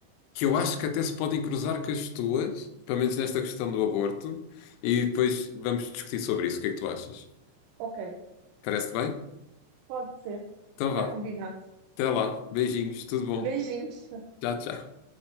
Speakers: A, on the left; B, on the right.
A: que eu acho que até se podem cruzar com as tuas, pelo menos nesta questão do aborto, e depois vamos discutir sobre isso. O que é que tu achas?
B: Ok,
A: Parece-te bem?
B: pode ser.
A: Então
B: Está
A: vá.
B: combinado.
A: Até lá. Beijinhos. Tudo bom.
B: Beijinhos.
A: Tchau, tchau.